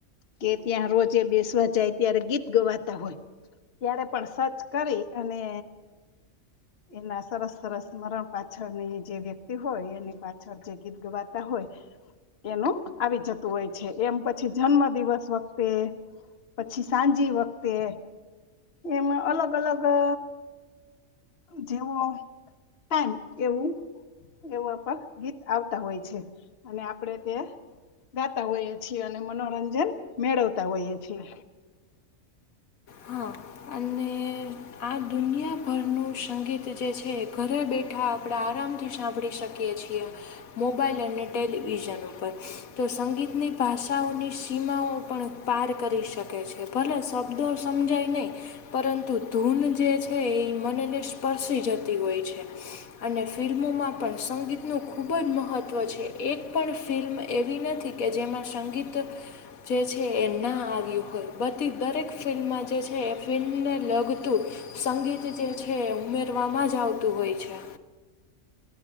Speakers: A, on the left; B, on the left.
A: કે ત્યાં રોજે બેસવા જાય ત્યારે ગીત ગવાતા હોય. ત્યારે પણ સર્ચ કરી અને એના સરસ સરસ મરણ પાછળની જે વ્યક્તિ હોય એની પાછળ જે ગીત ગવાતા હોય એનું આવી જતું હોય છે. એમ પછી જન્મ દિવસ વખતે પછી સાંજી વખતે એમ અલગ અલગ અ જેવો ટાઈમ એવું એવા પણ ગીત આવતા હોય છે. અને આપણેે તે ગાતા હોઈએ છીએ. અને મનોરંજન મેળવતા હોઈએ છીએ.
B: હા અને આ દુનિયાભરનું સંગીત જે છે ઘરે બેઠા આપણે આરામથી સાંભળી શકીએ એ છીએ. મોબાઈલ અને ટેલિવિઝન ઉપર તો સંગીતની ભાષાઓની સી સીમાઓ પણ પાર કરી શકે છે. ભલે શબ્દો સમજાય નહીં પરંતુ ધૂન જે છે એ મનને સ્પર્શી જતી હોય છે. અને ફિલ્મોમાં પણ સંગીતનું ખૂબ જ મહત્ત્વ છે. એક પણ ફિલ્મ એવી નથી કે જેમાં સંગીત જે છે એ ના આવ્યું હોય બધી દરેક ફિલ્મમાં જે છે એ ફિલ્મને લગ્ તું સંગીત જે છે એ ઉમેરવામાં જ આવતું હોય છે.